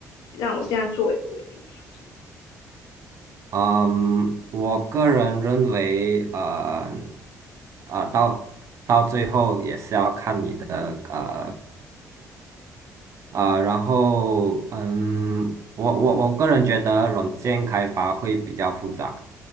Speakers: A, on the left; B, on the right.
A: 让我现在做一个我也做不出什么
B: 嗯，我个人认为，呃啊、到到最后也是要看你的。呃啊、然后嗯，我我我个人觉得软件开发会比较复杂，